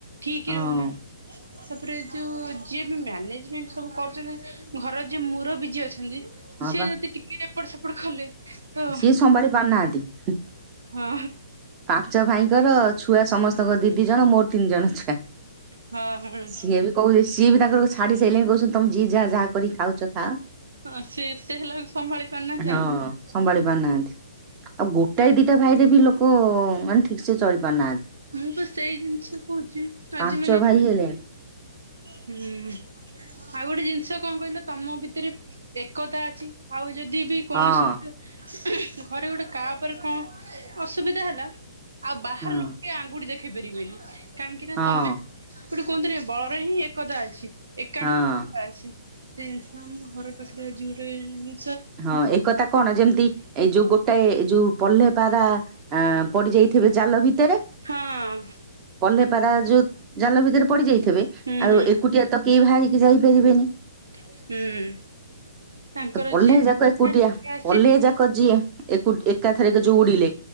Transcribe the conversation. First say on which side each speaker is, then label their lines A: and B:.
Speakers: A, on the right; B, on the right.
A: ଠିକ
B: ହଁ।
A: ରହୁନି। ତା ପରେ ଯୋଉ ଯିଏ ବି ମ୍ୟାନେଜମେଣ୍ଟ ସବୁ କରୁଚନ୍ତି। ଘରର ଯିଏ ମୁରବି ଯିଏ ଅଛନ୍ ଛନ୍ତି
B: ହଁ
A: ସିଏ
B: ବା
A: ଯଦି ଟିକେ ଏପଟ ସେପଟ କଲେ। ତ
B: ସିଏ ସମ୍ଭାଳି ପାରୁନାହାଁନ୍ତି, ହୁଁ
A: ହଁ
B: ପାଞ୍ଚ ଭାଇଙ୍କର ଛୁଆ ସମସ୍ତଙ୍କ ର ଦି ଦି ଜଣ ମୋର ତିନି ଜଣ ଛୁଆ।
A: ହଁ ହଁ ହଁ
B: ସିଏ ବି କହୁ ସିଏ ବି ତାଙ୍କର ଛାଡି ସାଇଲେନି। କହୁଚନ୍ତି ତମେ ଯିଏ ଯା ଯା କରି ଖାଉଛ ଖା।
A: ହଁ ସିଏ ଏତେ ହେଲାକୁ ସମ୍ଭାଳି ପାରୁନାହାନ୍ତି
B: ହଁ
A: ଆଉ।
B: ସମ୍ଭାଳି ପାରୁନାହାଁନ୍ତି। ଆଉ ଗୋଟାଏ ଦିଟା ଭାଇରେ ବି ଲୋକ ମାନେ ଠିକ ସେ ଚଳି ପାରୁନାହାଁନ୍ତି।
A: ମୁଁ ପା ସେଇ ଜିନିଷ କହୁଚି,
B: ପାଞ୍ଚ
A: ଆଜି ମାନେ
B: ଭାଇ ହେଲେଣି
A: ହୁଁ ଆଉ ଗୋଟେ ଜିନିଷ କଣ କହିଲ ତମ ଭିତରେ ଏକତା ଅଛି। ଆଉ ଯଦି ବି କୌଣସି
B: ହଁ
A: ଗୋଟେ ଘରେ ଗୋଟେ କା ଉପରେ କଣ ଅସୁବିଧା ହେଲା। ଆଉ ବାହାର
B: ହଁ
A: ଲୋକ କେଇ ଆଙ୍ଗୁଟି ଦେଖ ଖେଇ ପାରିବେନି କାହିଁକି ନା,
B: ହଁ।
A: ତମେ ଗୋଟେ କୁହନ୍ତି ନା ବଳରେ ହିଁ ଏକତା ଅଛି। ଏକାଠିରେ
B: ହଁ
A: ଏକତା ଅଛି। ସେ ଜିନିଷ ଆମ ଘର ପାଖରେ ଆଜି ଗୋଟେ ଉଁ
B: ହଁ, ଏକଥା କଣ ଯେମିତି ଏଇ ଯୋଉ ଗୋଟାଏ ଯୋଉ ପଲ୍ହେ ପାରା ଆଁ ପଡି ଯାଇଥିବେ ଜାଲ ଭିତରେ।
A: ହଁ।
B: ପାଲ୍ହେ ପାରା ଯୋଉ ଜାଲ ଭିତରେ ପଡି ଯାଇଥିବେ।
A: ହୁଁ
B: ଆଉ
A: ହୁଁ
B: ଏକୁଟିଆ ତ କେଇ ଭାହାରିକି ଯାଇପାରିବେନି।
A: ହୁଁ। ତାଙ୍କର
B: ତ ପଲ୍ହେ
A: ଯିଏ
B: ଯାକ ଏକୁଟିଆ
A: ଆସି
B: ପଲ୍ହେ ଯାକ ଯିଏ ଏକୁ ଏକାଥରେକେ ଯୋଉ ଉଡିଲେ।